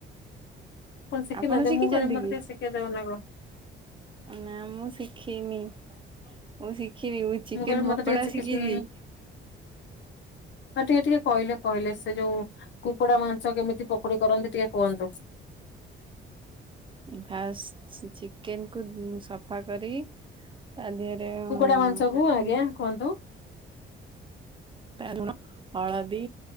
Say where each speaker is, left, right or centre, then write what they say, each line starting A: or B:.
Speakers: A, on the left (about 65°); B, on the right (about 25°).
A: ଶିଖିନାହାନ୍ତି
B: ଆପଣ ଶିଖିଚନ୍ତି
A: ମୁଁ କହିଲି ମତେ
B: କି
A: ଟିକେ ଶିଖେଇଦବ ନା କଣ
B: ନା ମୁଁ ଶି ଖିନି ମୁଁ ଶିଖିବି ମୁଁ ଚିକେନ
A: କହିଲି ମତେ
B: ପକୋଡା
A: ଟିକେ ଶିଖି
B: ଶିଖିଚି।
A: ହଁ ଟିକେ ଟିକେ କହିଲେ କହିଲେ ସେ ଯୋଉ କୁକୁଡା ମାଂସ କେମିତି ପକୁଡି କରନ୍ତି ଟିକେ କୁହନ୍ତୁ।
B: ଫାଷ୍ଟ ଚିକେନ କୁ ସଫା କରି ତା ଦେହରେ
A: କୁକୁଡା
B: ଉଁ
A: ମାଂସକୁ ଆଜ୍ଞା କୁହନ୍ତୁ
B: <unintelligible> ଲୁଣ, ହଳଦୀ,